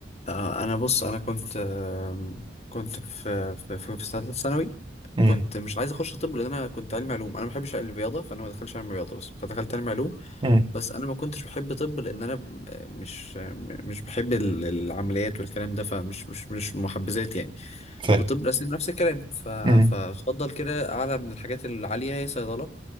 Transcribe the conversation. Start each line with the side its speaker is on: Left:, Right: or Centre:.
Left: آه، انا بص انا كنت آم، كنت في في في في ثالثه ثانوي
Right: امم
Left: كنت مش عايز اخش طب لان انا كنت علمي علوم انا ما بحبش الرياضه فانا ما دخلتش علمي رياضه بس فدخلت علمي علوم
Right: امم
Left: بس انا ما كنتش بحب طب لان انا ب- مش آه، مش بحب ال- العمليات والكلام ده فمش مش مش محبذات يعني
Right: فاهم
Left: وطب الاسنان نفس الكلام ف-
Right: امم
Left: فاتفضل كده اعلى من الحاجات العاليه هي صيدله